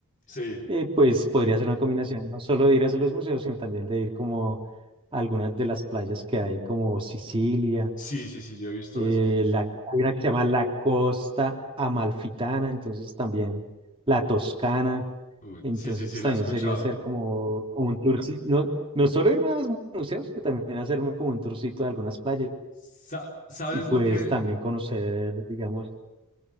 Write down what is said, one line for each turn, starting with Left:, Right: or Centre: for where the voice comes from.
Left: Sí,
Right: eh, pues podría ser una combinación no solo de ir a los museos, sino también de ir como a algunas de las playas que hay como Sicilia.
Left: sí, sí, sí, yo he visto
Right: Eh,
Left: eso.
Right: la, hay una que se llama la Costa Amalfitana, entonces también la Toscana,
Left: Uy,
Right: entonces
Left: sí, sí, sí,
Right: también
Left: la he escuchado.
Right: sería hacer como, como un tourcito, no, no solo irme a los museos, sino también hacerme como un tourcito de algunas playas
Left: Sa- ¿Sabes
Right: y pues
Left: lo que,
Right: también conocer, digamos,